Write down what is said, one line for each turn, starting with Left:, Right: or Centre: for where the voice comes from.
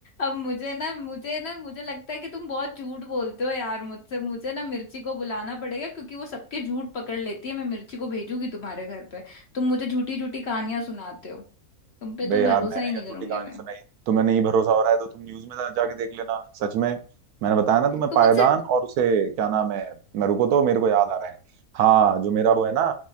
Left: अब मुझे ना मुझे ना मुझे लगता है कि तुम बहुत झूठ बोलते हो यार मुझसे मुझे ना मिर्ची को बुलाना पड़ेगा क्योंकि वो सबके झूठ पकड़ लेती है मैं मिर्ची को भेजूंगी तुम्हारे घर पे तुम मुझे झूठी झूठी कहानियां सुनाते हो तुम पे
Right: बे
Left: तो
Right: यार
Left: भरोसा
Right: मैंने
Left: ही
Right: क्या
Left: नहीं करूंगी
Right: झूठी कहानी
Left: मैं
Right: सुनाई तुम्हें नहीं भरोसा हो रहा है तो तुम न्यूज में जा- जाके देख लेना सच में मैंने बताया ना तुम्हें
Left: तुम
Right: पायदान
Left: मुझसे
Right: और उसे क्या नाम है मैं रुको तो मेरे को याद आ रहा है हाँ जो मेरा वो है ना